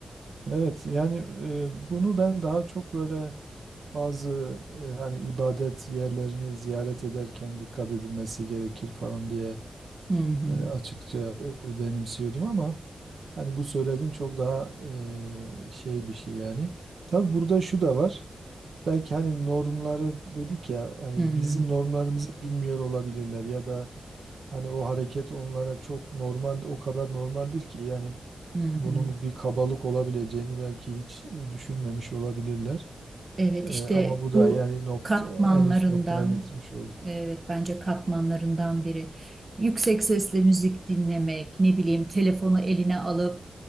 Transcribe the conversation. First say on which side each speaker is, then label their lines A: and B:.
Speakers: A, on the right; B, on the right.
A: Evet yani e, bunu ben daha çok böyle bazı e, hani ibadet yerlerini ziyaret ederken dikkat edilmesi gerekir falan diye
B: Hı hı.
A: e, açıkça e, benimsiyordum ama hani bu söylediğin çok daha e, şey bir şey yani. Tabii burada şu da var. belki hani normları dedik ya hani
B: Hı hı.
A: bizim normlarımızı bilmiyor olabilirler ya da hani o hareket onlara çok normal o kadar normaldir ki yani
B: hı
A: bunun
B: hı.
A: bir kabalık olabileceğini belki hiç e, düşünmemiş olabilirler.
B: Evet
A: E,
B: işte
A: ama bu da
B: bu
A: yani nokta
B: katmanlarından
A: en üst noktaya getirmiş oldu.
B: evet bence katmanlarından biri. Yüksek sesle müzik dinlemek, ne bileyim telefonu eline alıp